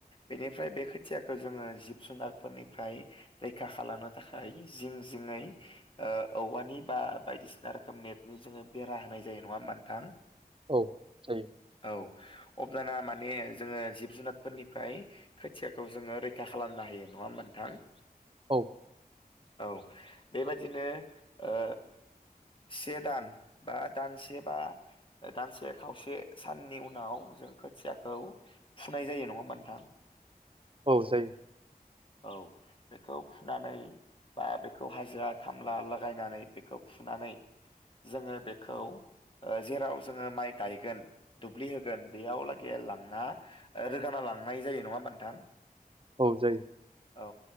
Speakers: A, on the left; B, on the right.
A: बेनिफ्राय बे खोथियाखौ जोङो जिब जुनारफोरनिफ्राय रैखा खालामनो थाखाय जिं जिङै औवानि बा बायदिसिना रोखोम नेटनि जोङो बेरा होनाय जायो नङा होमबा नोंथां?
B: औ जायो।
A: औ अब्लाना माने जोङो जिब जुनारफोरनिफ्राय खोथियाखौ जोङो रैखा खालामनो हायो नङा होमबा नोंथां?
B: औ।
A: औ बेबादिनो ओ से दान बा दानसे बा दानसे खावसे साननि उनाव जों खोथियाखौ फुनाय जायो नङा होमबा नोंथां?
B: औ जायो।
A: औ बेखौ फुनानै बा बेखौ हाजिरा खामला लागायनानै बेखौ फुनानै जोङो बेखौ जेराव जोङो माइ गायगोन। दुब्लि होगोन बेयाव लागै लांना रोगाना लांनाय जायो नङा होमबा नोंथां।
B: औ जायो।
A: औ